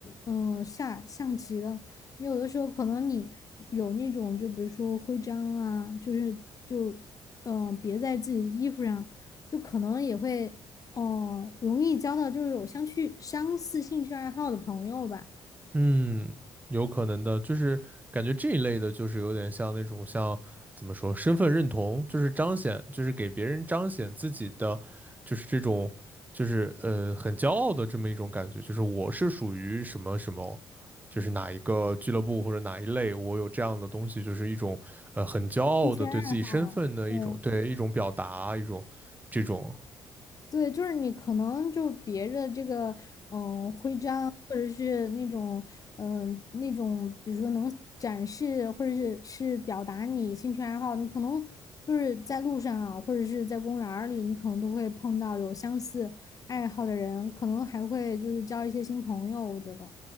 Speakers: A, on the left; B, on the right.
A: 嗯下象棋的，你有的时候可能你有那种，就比如说徽章啊，就是就嗯别在自己衣服上，就可能也会。哦，容易交到就是有相去相似兴趣爱好的朋友吧，
B: 嗯，有可能的，就是感觉这一类的，就是有点像那种像怎么说，身份认同，就是彰显，就是给别人彰显自己的，就是这种，就是呃很骄傲的这么一种感觉，就是我是属于什么什么，就是哪一个俱乐部或者哪一类，我有这样的东西，就是一种呃很骄傲的对自己身份的一种对一种表达，
A: 兴趣爱好，对
B: 一种这种，
A: 对，就是你可能就别的这个嗯、呃徽章，或者是那种嗯、呃那种，比如说能展示或者是是表达你兴趣爱好，你可能就是在路上啊，或者是在公园儿里，你可能都会碰到有相似爱好的人，可能还会就是交一些新朋友，我觉得，